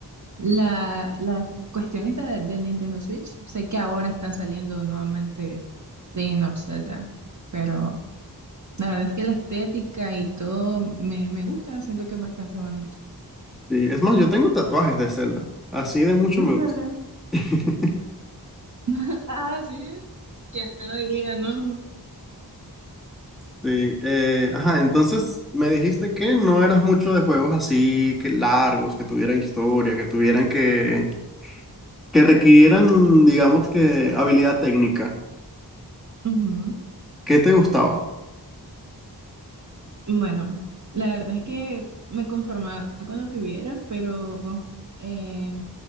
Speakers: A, on the right (about 45°); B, in the centre.
A: La, la cuestión esta de- del Nintendo Switch, sé que ahora están saliendo nuevamente Legend of Zelda, pero la verdad es que la estética y todo me, me gusta, siento que es bastante bonito.
B: sí, es más, yo tengo tatuajes de Zelda, así de mucho
A: ¿En
B: me
A: serio?
B: gusta. <laughs>
A: <laughs> Ah, sí, ¿quién lo diría, no?
B: Sí, eh, ajá, entonces me dijiste que no eras mucho de juegos así que largos, que tuvieran historia, que tuvieran que, que requirieran, digamos que, habilidad técnica.
A: Ujú.
B: ¿Qué te gustaba?
A: Bueno, la verdad es que me conformaba con lo que hubiera, pero eh,